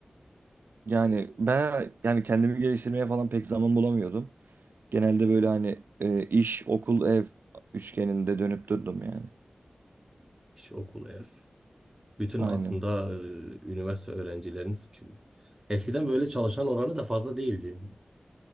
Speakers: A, on the right; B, on the right.
A: Yani ben yani kendimi geliştirmeye falan pek zaman bulamıyordum. Genelde böyle hani e, iş, okul, ev üçgeninde dönüp durdum yani.
B: iş, okul, ev? Bütün
A: Aynen.
B: aslında e, üniversite öğrencileriniz çünkü eskiden böyle çalışan oranı da fazla değildi.